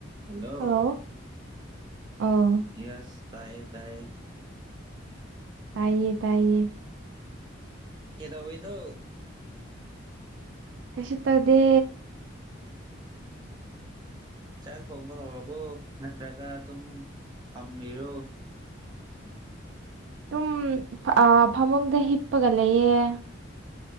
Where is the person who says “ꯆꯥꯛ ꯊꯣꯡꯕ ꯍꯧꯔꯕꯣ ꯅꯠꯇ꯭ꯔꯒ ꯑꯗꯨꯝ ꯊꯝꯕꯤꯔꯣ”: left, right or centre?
Right